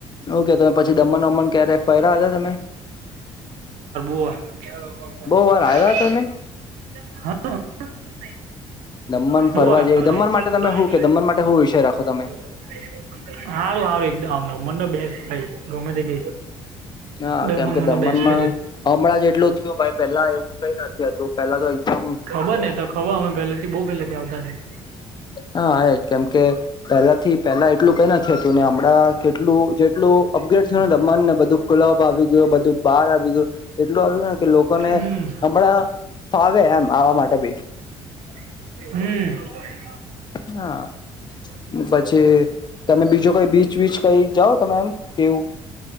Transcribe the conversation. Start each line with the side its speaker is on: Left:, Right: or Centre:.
Left: એવું કે તમે પછી દમણ વમન ક્યારે ફયરા હતા તમે
Right: <unintelligible>
Left: બહુ વાર આવ્યા તમે દમન
Right: બહુ
Left: ફરવા
Right: વાર
Left: જેવી દમણ માટે
Right: <inaudible>
Left: તમે શું કે દમણ માટે શું વિષય રાખો તમે
Right: હારું સારું એક આવ મનો બેસ ભ ગમે તે ગ
Left: હા
Right: દમનમાં
Left: કેમ કે દમણમાં
Right: તો બેસ્ટ
Left: હમણાં જેટલું થું ભાઈ પેલા એવું કઈ નથી હતું પેલા તો એકદમ
Right: ખબર ને તો ખબર અમે પહેલેથી બહુ પહેલેથી આવતા થ
Left: હા એજ કેમ કે પહેલા થી પેલા એટલું કઈ નથી હતું ને હમણાં કેટલું જેટલું અપગ્રેડ થયુંને દમાણ ને બધું કુલાબ આવી ગયું બધું બહાર આવી ગયું એટલું આવી ગયુંને કે લોકોને
Right: હમ
Left: હમણાં ફાવે એમ આવા માટે બી
Right: હમ
Left: હા પછી કે તમે બીજો કઈ બીચ વીચ કઈ જાઓ તમે એમ કેવું